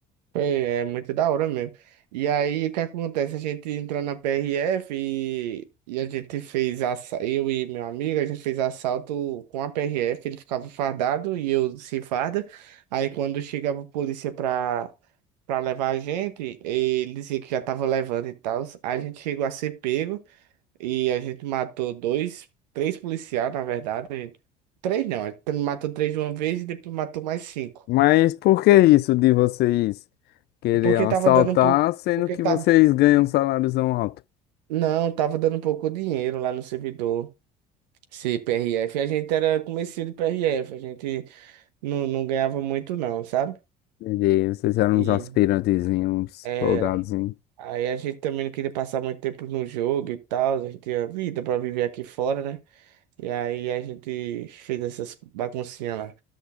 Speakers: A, on the right; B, on the left.
A: Foi, é muito da hora mesmo. E aí, o que acontece? A gente entrou na PRF e, e a gente fez assa... eu e meu amigo, a gente fez assalto com a PRF, ele ficava fardado e eu sem farda. Aí quando chegava a polícia pra, pra levar a gente, ele dizia que já tava levando e tal. A gente chegou a ser pego e a gente matou dois, três policiais, na verdade. A gente- Três não, a gente matou três de uma vez e depois matou mais cinco.
B: Mas por que isso de vocês querer
A: Porque
B: assaltar,
A: tava dando um pouco.
B: sendo
A: Porque
B: que
A: tá
B: vocês ganham um saláriozão alto?
A: Não, tava dando pouco dinheiro lá no servidor. Esse PRF, a gente era comecinho de PRF, a gente não, não ganhava muito não, sabe?
B: Entendi. Vocês eram
A: E
B: uns aspirantezinhos, uns
A: era.
B: soldadozinhos.
A: Aí a gente também não queria passar muito tempo no jogo e tal, a gente tinha vida pra viver aqui fora, né? E aí a gente fez essas baguncinhas lá.